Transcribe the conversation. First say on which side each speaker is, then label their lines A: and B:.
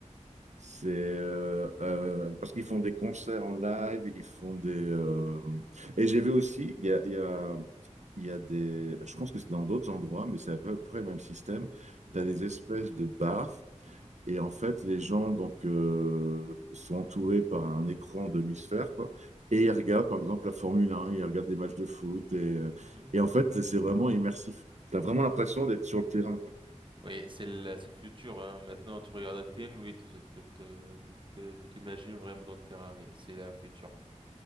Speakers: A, on the right; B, on the right.
A: C'est euh, euh, parce qu'ils font des concerts en live, ils font des.
B: Mm.
A: euh, Et j'ai vu aussi, il y a, il y a, il y a des. Je pense que c'est dans d'autres endroits, mais c'est à peu près le même système.
B: Mhm,
A: Tu as des espèces de bars, et en fait, les gens donc, euh, sont entourés par un écran demi-sphère, quoi. Et ils regardent, par exemple, la Formule 1, ils regardent des matchs de foot, et, euh,
B: mhm,
A: et en fait,
B: mm.
A: c'est vraiment immersif. Tu as vraiment l'impression d'être sur le terrain, quoi.
B: Oui, c'est le, c'est le futur, hein. Maintenant, tu regardes le film, oui, tu tu- tu- tu- tu t'imagines vraiment dans le terrain, oui, c'est la future.